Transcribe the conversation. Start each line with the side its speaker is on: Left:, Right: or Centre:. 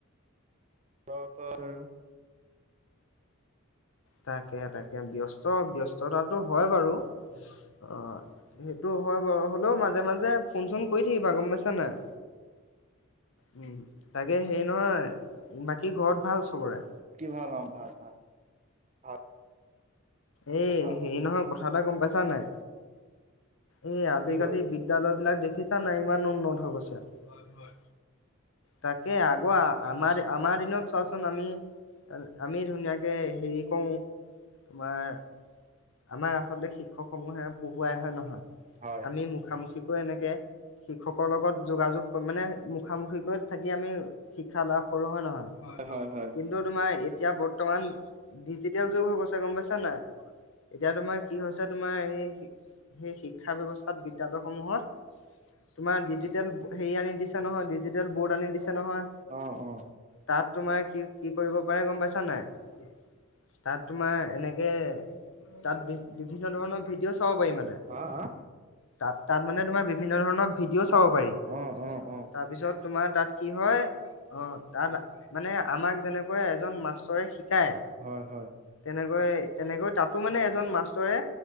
Right: <unintelligible>
Left: তাকে তাকে। ব্যস্ত ব্যস্ততাটো হয় বাৰু। অঁ, সেইটো হয় বাৰু হ'লেও মাজে মাজে ফোন-চোন কৰি থাকিবা, গম পাইছা নে নাই! উম তাকে হেৰি নহয় বাকী ঘৰত ভাল চবৰে?
Right: কি ভাল অ ভাল ভাল। ভাল
Left: এ
Right: ভাল
Left: হেৰি
Right: অ।
Left: নহয় কথা! কথা এটা গম পাইছা নে নাই? এই আজিকালি
Right: কি বাৰু?
Left: বিদ্যালয় বিলাক দেখি দেখিছা নাই ইমান উন্নত হৈ গৈছে! হয় হয়। তাকে আগো আমাৰ আমাৰ দিনত ছোবা ছোন একো বুজি পোৱা নগ'ল। আমি ধুনীয়াকে হেৰি কওঁ মাৰ আমাৰ আচলতে শিক্ষক সমূহে পঢ়ুৱাই হয় নহয়
Right: হয়
Left: আমি মুখামুখিকেই এনেকে শিক্ষকৰ লগত। যোগাযোগ কৰিম মানে মুখামুখিকৈ থাকি আমি শ হেল্ল! সৰু হয় নহয়
Right: হয় হয়
Left: কিন্তু তোমাৰ এতিয়া বৰ্তমান দিজিত এতিয়াও যোগ হৈ গৈছে গম পাইছা না নাই? এতিয়া তোমাৰ কি হৈছে তোমাৰ এই সেই শিক্ষা ব্যৱস্থাত বিদ্যালয় সমূহত তোমাৰ ডিজিটেল হেৰি আনি বুজিছা নহয়, ডিজিটেল বৰ্ড আনি দিছে নহয়,
Right: অ অ।
Left: তাত তোমাৰ কি কি কৰিব পাৰে গম পাইছা নাই? উম <inaudible> তাত তোমাৰ এনেকে এ তাত বি-বিভিন্ন ধৰণৰ ভিডিঅ' চাব পাৰি মানে
Right: আ আ
Left: তাত। তাত মানে তোমাৰ বি বিভিন্ন ধৰণৰ ভিডিঅ' চাব পাৰি।
Right: অ অ অ
Left: তাৰপিছত তোমাৰ তাত কি হয় অ' তাত মানে আমাক যেনে অই এজন মাষ্টৰে সি কাই
Right: হয় হয়
Left: তেনেকৈ তেনেকৈ তাত সিটো মানে এজন মাষ্টৰে